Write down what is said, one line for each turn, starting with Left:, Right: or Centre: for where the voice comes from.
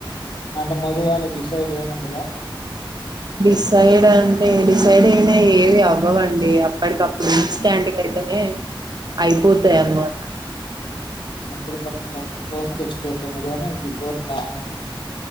Left: అంటే మధుగాలి డిసైడ్ ఏముండదా
Right: డిసైడ్ అంటే డిసైడ్ అయినా ఏవి అవ్వవండి అప్పటికప్పుడు ఇన్స్టెడ్ అయితేనే అయిపోతాయి అన్నమాట
Left: ప్పుడు కొని తెచ్చుకోవటమే కాని బిఫోర్ ప్లాన్ అే